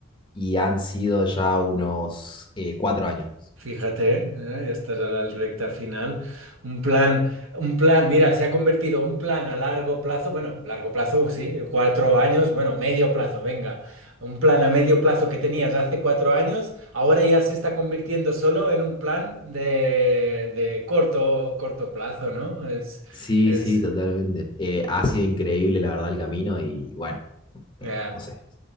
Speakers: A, on the left; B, on the right.
A: Y han sido ya unos eh, cuatro años.
B: Fíjate, eh, ya estás a la recta final. Un plan, un plan, mira, se ha convertido un plan a largo plazo, bueno, largo plazo, sí, cuatro años, bueno, medio plazo, venga. Un plan a medio plazo que tenías hace cuatro años, ahora ya se está convirtiendo solo en un plan de, de corto, corto plazo, ¿no? Es,
A: Sí,
B: es,
A: sí, totalmente. Eh, ha sido increíble, la verdad, el camino y bueno, eh,
B: eh,
A: no sé.